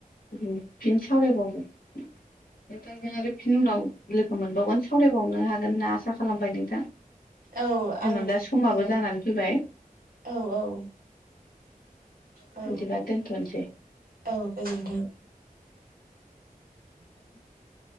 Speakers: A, on the left; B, on the right.
A: फिन सावरायबावगोन नोंथांजों आरो फिनि उनाव लोगो मोनबावगोन सावरायबावनो हागोन होनना आसा खालामबाय नोंथां
B: औ
A: जोंना
B: आं
A: दा समाबो
B: औ
A: जानानै फैबाय
B: औ औ औ
A: बिदिबा दोनथनोसै
B: औ गोजोनथों <inaudible>